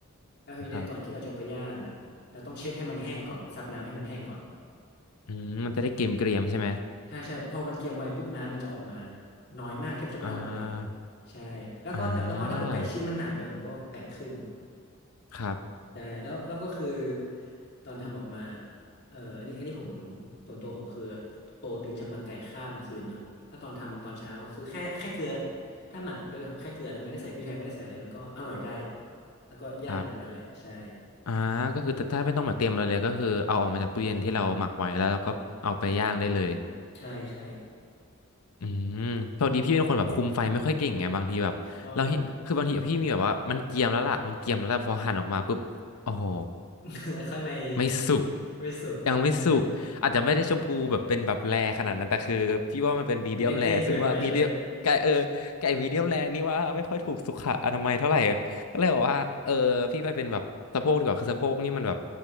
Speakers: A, on the left (about 50°); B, on the left (about 90°).
A: แล้วทีเนี้ยก่อนที่เราจะเอาไปย่างอ่ะเราต้องเช็ดให้มันแห้งก่อนซับน้ำให้มันแห้งก่อน
B: ครับอืมมันจะได้เกรมเกรียมๆใช่ไหม
A: ใช่ใช่พอมันเกียมไวปุ๊บน้ำมันจะออกมาน้อยมากแทบจะไม่ออกมาเลย
B: อ่า
A: ใช่แล้วก็แต่แล้วก็ถ้าอกไก่ชิ้นมันหนาไปผมก็แบ่งครึ่ง
B: อ่าครับ
A: ใช่แล้วแล้วก็คือตอนทำออกมาเอ่ออันนี้อันนี้ผมส่วนตัวผมคือโปรตีจะหมักไก่ข้ามคืนเนาะแล้วตอนทำตอนเช้าคือแค่แค่เกลือถ้าหมักด้วยแค่เกลือนะไม่ได้ใส่พริกไทยไม่ได้ใส่อะไรมันก็อร่อยได้แล้วก็ย่างแบบนั้นแหละใช่
B: ครับอ่าก็คือถ้าไม่ต้องมาเตรียมอะไรเลยก็คือเอาออกมาจากตู้เย็นที่เราหมักไว้แล้วเราก็เอาไปย่างได้เลย
A: ใช่ใช่
B: อืมพอดีพี่เป็นคนแบบคุมไฟไม่ค่อยเก่งไงบางทีแบบเราเห็นคือบางทีพี่มีแบบว่ามันเกรียมแล้วล่ะมันเกรียมแล้วล่ะพอหั่นออกมาปุ๊บโอ้โห
A: อ๋อเหรอ <laughs> ข้างใน
B: ไม่สุก
A: ไม่สุกเออ
B: ยังไม่สุกอาจจะไม่ได้ชมพูแบบเป็นแบบแรขนาดนั้นแต่คือพี่ว่ามันเป็นมีเดียมแรซึ่งว่ามีเดียมไก่เออไก่มีเดียมแรนี่ว่าไม่ค่อยถูกสุขอนามัยเท่าไหร่
A: มันเด้งๆเกินไปใช่ไหม
B: ก็เลยบอกว่าเออพี่ไปเป็นแบบสะโพกดีกว่าคือสะโพกนี่มันแบบ